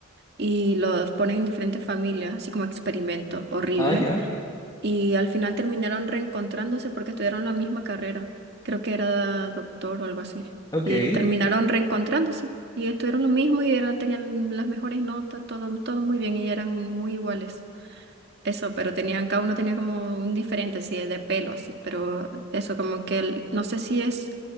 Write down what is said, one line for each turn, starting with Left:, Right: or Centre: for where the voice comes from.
Right: y los ponen en diferentes familias, así como experimento horrible.
Left: Ah, ya.
Right: Y al final terminaron reencontrándose porque estudiaron la misma carrera. Creo que era doctor o algo así.
Left: Ok.
Right: Y terminaron reencontrándose y estuvieron lo mismo y eran, tenían las mejores notas, todo, todo muy bien y eran muy iguales. Eso, pero tenían, cada uno tenía como un diferente, así de pelo, así, pero eso, como que el- no sé si es